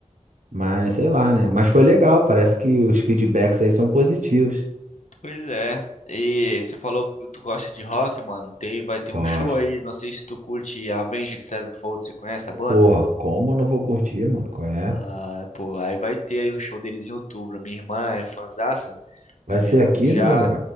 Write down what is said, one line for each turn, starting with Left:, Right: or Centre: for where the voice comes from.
Right: Mas sei lá, né? Mas foi legal. Parece que os feedbacks aí são positivos.
Left: Pois é. E você falou que tu gosta de rock, mano. Tem, vai ter um
Right: Gosto.
Left: show aí. Não sei se tu curte Avenged Sevenfold. Você conhece a banda?
Right: Porra, como eu não vou curtir, mano? Qual é?
Left: Ah, pô, aí vai ter aí um show deles em outubro. Minha irmã é fanzaça.
Right: Vai
Left: A minha
Right: ser
Left: irmã
Right: aqui
Left: já
Right: no.